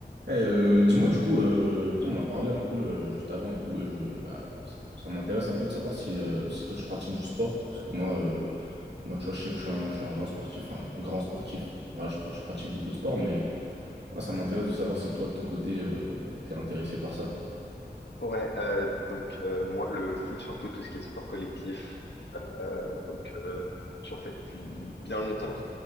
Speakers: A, on the right; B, on the left.
A: Eh, euh, dis-moi du coup, euh, on m'a parlé un peu euh, juste avant et tout, et je, bah, ça, ça m'intéresse un peu de savoir si, euh, si toi tu pratiques du sport, parce que moi, euh, moi tu vois, je sais que je suis un, je suis un grand sportif, hein, un grand sportif. Voilà, je, pra- je pratique beaucoup de sport, mais moi ça m'intéresse de savoir si toi de ton côté, euh, t'es intéressé par ça.
B: Ouais, euh, donc euh, moi le foot surtout tout ce qui est sport collectif, euh, donc euh, j'en fais depuis bien longtemps.